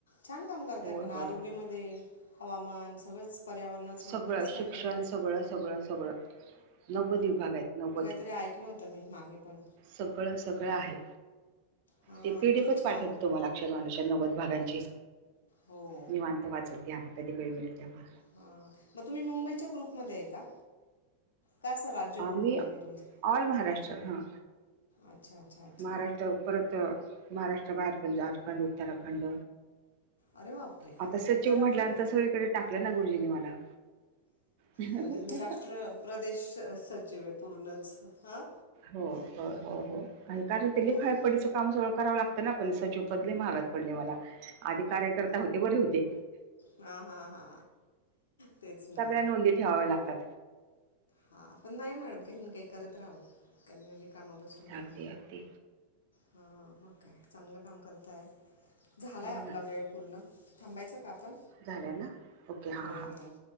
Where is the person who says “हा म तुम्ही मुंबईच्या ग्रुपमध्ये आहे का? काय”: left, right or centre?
Left